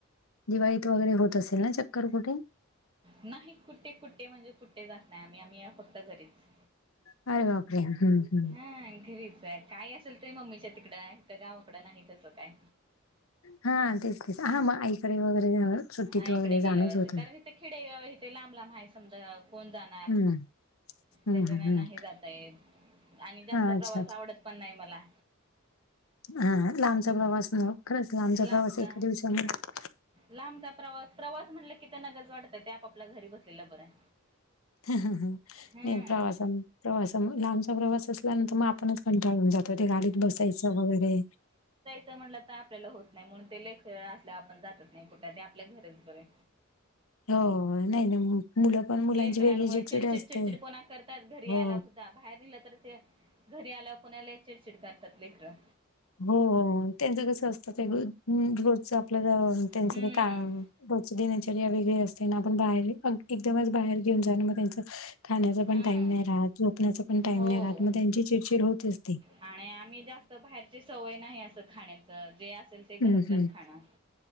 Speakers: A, on the left; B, on the right.
A: दिवाळीत वगैरे होत असेल ना चक्कर कुठे?
B: नाही कुठे, कुठे, म्हणजे कुठे, जात नाही आम्ही, आम्ही फक्त घरीच.
A: अरे बापरे! ! हम्म हम्म
B: ह घरीच आहे काय असेल ते मम्मीच्या तिकडं इथं गावाकडं नाही तसं काय?
A: हा तेच ना, तेच हा मग आईकडे वगैरे, सुट्टीत
B: आई
A: वगैरे
B: कडे
A: जाणंच
B: गेल्यावर अस
A: होतं.
B: कारण इथे खेडेगाव आहे. इथे लांब लांब आहे सगळं कोण जाणार.
A: हं, हं,
B: त्याच्याने
A: हं, हं.
B: नाही जाता येत आणि जास्त
A: हां, अच्छा,
B: प्रवास
A: अच्छा.
B: आवडत पण नाही मला.
A: हा लांबचा प्रवास न खरंच लांबचा
B: लास्ट
A: प्रवास एका दिवसामध्ये
B: लांबचा प्रवास प्रवास म्हटले ते त्यांना नगच वाटत ते आपापल्या घरी बसलेलं बर आहे.
A: हं हं नाही
B: हम्म
A: प्रवासन प्रवास लांबचा प्रवास असल्यानंतर मग आपणच पण कंटाळून जातो ते गाडीत बसायचं वगैरे
B: तस म्हटलं तर आपल्याला होत नाही म्हणून ते लेख असल्या आपण जातच नाही कुठे ते आपल्या घरीच बरय.
A: हो नाही नाही मुलं पण मुलांची
B: लेकरांमुळे
A: वेगळी
B: चिडचिड
A: असते.
B: चिडचिडपणा करतात घरी
A: हो,
B: आला बाहेर नेलं तर ते घरी आल्या पुन्हा लय चिडचिड करतात लेकरं.
A: हो... त्यांचं कसं असतं रोजचं आप आपल त्यांच
B: हम्म
A: कायम <unintelligible> देण्याच वेगळी असते आपण बाहेर एकदमच बाहेर घेऊन जा मग त्यांच. खाण्याचा पण
B: हम्म
A: टाईम नाही राहत झोपण्याचा पण टाईम
B: हो
A: नाही राहत मग त्यांची चिडचिड होतच असते.
B: आणि आम्ही जास्त ती सवय नाही अस खाण्याच जे असेल ते घरातलंच
A: हं, हं.
B: खाणं